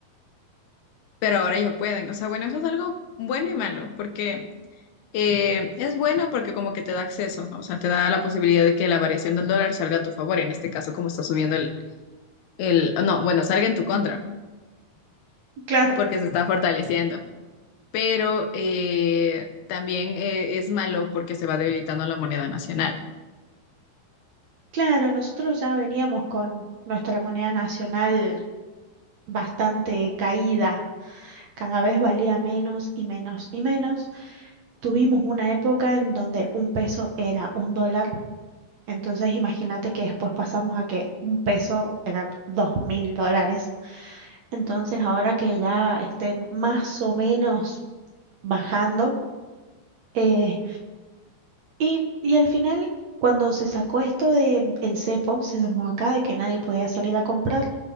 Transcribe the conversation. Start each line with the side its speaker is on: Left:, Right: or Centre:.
Left: pero ahora ya pueden. O sea, bueno, eso es algo bueno y malo, porque eh, es bueno porque como que te da acceso, ¿no? O sea, te da la posibilidad de que la variación del dólar salga a tu favor, en este caso como está subiendo el, el, no, bueno, salga en tu contra,
Right: Claro.
Left: porque se está fortaleciendo. pero eh, también eh, es malo porque se va debilitando la moneda nacional.
Right: Claro, nosotros ya veníamos con nuestra moneda nacional bastante caída, cada vez valía menos y menos y menos. Tuvimos una época en donde un peso era un dólar, entonces imagínate que después pasamos a que un peso eran dos mil dólares. Entonces, ahora que ya estén más o menos bajando, eh, y, y al final, cuando se sacó esto de mm, el cepo, se llamó acá, de que nadie podía salir a comprar,